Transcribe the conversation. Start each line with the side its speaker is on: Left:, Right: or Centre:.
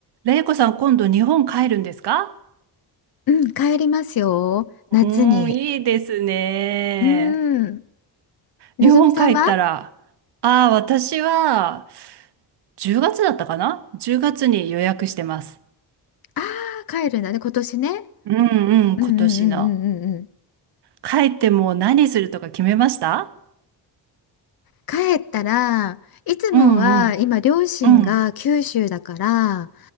Right: れいこさん、今度日本帰るんですか
Left: うん、帰りますよ。夏に。
Right: うーん、いいですね。
Left: うん。のぞみさんはあ
Right: 日本帰ったら、ああ、私は10月だったかな ?10 月に予約してます。
Left: あー、帰るんだね、今年ね。
Right: うんうん、
Left: うんうんうんうんうんうん。
Right: 今年の。帰ってもう何するとか決めました
Left: 帰ったら、いつもは今、
Right: うんうん
Left: 両親が九州だから、
Right: うん